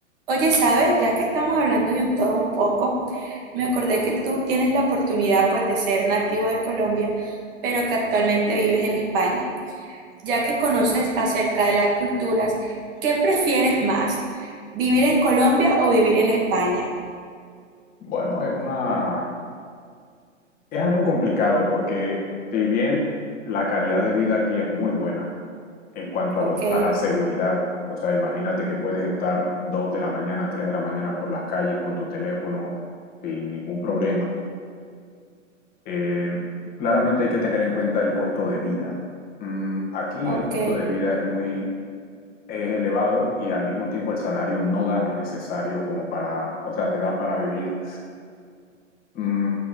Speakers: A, on the right; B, on the left.
A: Oye, ¿sabes? Ya que estamos hablando de un todo un poco, me acordé que tú tienes la oportunidad pues de ser nativo de Colombia, pero que actualmente vives en España. Ya que conoces acerca de las culturas, ¿qué prefieres más? ¿Vivir en Colombia o vivir en España?
B: Bueno, es una, es algo complicado porque si bien la calidad de vida aquí es muy buena en cuanto
A: Ok,
B: a los, a la seguridad, o sea, imagínate que puedes estar 2 de la mañana, 3 de la mañana por las calles con tu teléfono sin ningún problema. Eh, claramente hay que tener en cuenta el costo de vida. Mm, aquí
A: ok,
B: el costo de vida es muy, es elevado y al mismo tiempo el salario no da lo necesario como para, o sea, te da para vivir mm,